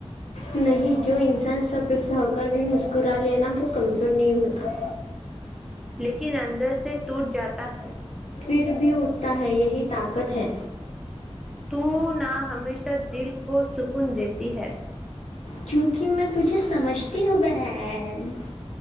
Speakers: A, on the left; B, in the centre.
A: نہیں جو انسان صبر س ہو کر بھی مسکرا لینا وہ کمزور نہیں ہوتا
B: لیکن اندر سے ٹوٹ جاتا ہے
A: پھر بھی اٹھتا ہے یہی طاقت ہے
B: تو نہ ہمیشہ دل کو سکون دیتی ہے
A: کیونکہ میں تجھے سمجھتی ہوں بہن